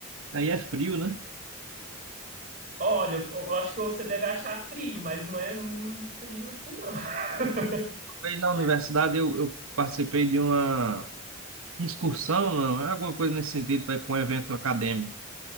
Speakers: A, on the right; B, on the right.
A: Aí é frio, né?
B: Olha, eu eu acho que você deve achar frio, mas não é muito frio assim, não. <laughs>
A: Aí na universidade eu, eu participei de uma Excursão, não, é alguma coisa nesse sentido para ir para um evento acadêmico.